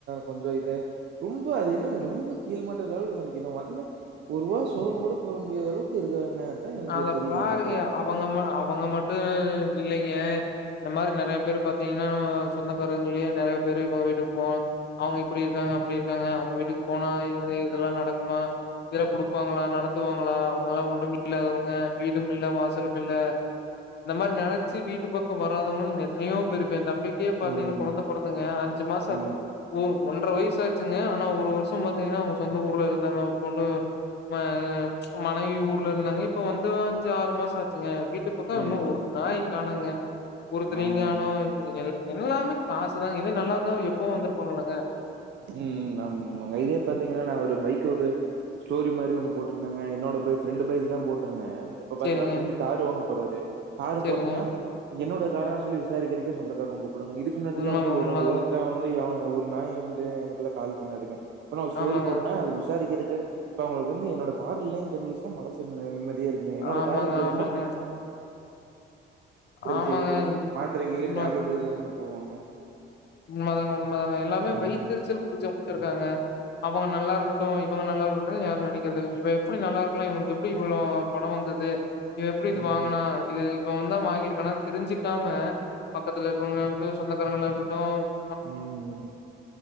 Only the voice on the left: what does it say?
அத
பாருங்க
அவங்க அவங்க மட்டு இல்லைங்க இந்த மாரி நிறைய பேர் பாத்தீங்கன்னா சொந்தக்காரங்கலயே நிறைய பேரு இவங்க வீட்டுக்கு போ அவங்க இப்டி இருக்காங்க அப்படி இருக்காங்க அவங்க வீட்டுக்கு போனா இ இதெல்லா நடக்குமா இதெல்லா கொடுப்பாங்களா நடத்துவாங்களா அவங்கல்லா ஒண்ணும் இல்லாதவங்க வீடும் இல்ல வாச வாசலு இல்ல இந்த மாதிரி நினச்சு வீட்டு பக்கம் வராதவங்க எத்தனையோ பெரு இப்ப என் தம்பி பியே பாதிங்கன்னா
கொழந்த பொறந்துங்க அஞ்சு மாசோ
ஒ ஒன்றரை வயசு ஆச்சுங்க ஆனா ஒரு வருஷம் பாத்தீங்கன்னா சொந்த ஊர்ல இருந்தாங்க பொண்ணு ம மனைவி ஊ ஊர்ல இருந்தாங்க இப்ப வந்து அஞ்சு ஆறு மாசோ ஆச்சுங்க வீட்டு பக்கோ
இன்னு ஒரு நாய் கானோங்க ஒருத்தீங்காணோ
எல்லாமே காசு தாங்க இது நல்லா இருந்தா எப்பவோ வந்திருப்பாங்கல்லங்க
சேரிங்க
சேரிங்க
உண்மங்க
உண்மதாங்க
ஆமாங்க
ஆமாங்க
ஆமாங்க ஆமாங்க
உண்ம
உண்மதாங்க உண்மதாங்க எல்லாமே
வய்ரிச்சல் புடிச்ச மா இருக்காங்க அவங்க நல்லா இருக்கட்டும் இவங்க நல்லா இருக்கடும் யாரு நினைக்கிறது இவ எப்படி நல்லா இருக்கலாம் இவக்கு எப்படி இவ்வளவு பணம் வந்தது இவ எப்படி இது
வாங்கனா இது இப்ப வந்து தான் வாங்கியிருக்கானனு தெரிஞ்சிக்காம பக்கத்துல இருக்கவங்க சொ இருங்களா <unintelligible> த <inaudible>